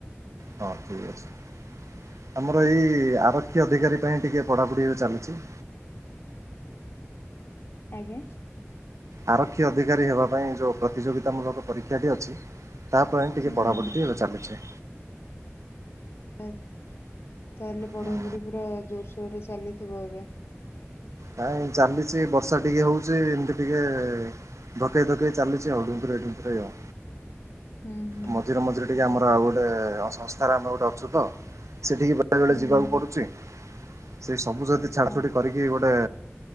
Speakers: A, on the right (about 85°); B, on the left (about 60°).
A: ହଁ ଠିକ୍ ଅଛି। ଆମର ଏଇ ଆର ଅଧିକାରୀ ପାଇଁ ଟିକେ ପଢ଼ାପଢ଼ି ଏବେ ଚାଲିଛି।
B: ଆଜ୍ଞା।
A: ଆରକ୍ଷୀ ଅଧିକାରୀ ହେବା ପାଇଁ ଯୋଉ ପ୍ରତିଯୋଗିତାମୂଳକ ପରୀକ୍ଷାଟି ଅଛି ତା ପାଇଁ ଟିକେ
B: ହୁଁ
A: ପଢ଼ାପଢ଼ି
B: ହୁଁ
A: ଟି ଏବେ ଚାଲିଚି।
B: <unintelligible> ତାହେଲେ ପଢାପଢି
A: ହୁଁ।
B: ପୁରା ଜୋରସୋର ରେ ଚାଲିଥିବ ଏବେ?
A: ନାଇଁ ଚାଲିଚି ବର୍ଷା ଟିକେ ହଉଚି ଏମତି ଟିକେ ଧକେଇ ଧକେଇ ଚାଲିଚି ଆଉ ଡୁମ୍ପୁରେଇ ଡୁମ୍ପୁରେଇବା।
B: ହୁଁ ହୁଁ
A: ମଝିରେ ମଝିରେ ଟିକେ ଆମର ଆଉ ଗୋଟେ ସଂସ୍ଥାରେ ଆମେ ଗୋଟେ ଅଛୁ ତ, ସେଠିକି ବେଳେ ବେଳେ
B: ହୁଁ
A: ଯିବାକୁ
B: ହୁଁ
A: ପଡୁଚି। ସେଇ ସବୁ ଯଦି
B: ଆଚ୍ଛା
A: ଛାଡ ଛୁଡି କରିକି ଗୋଟେ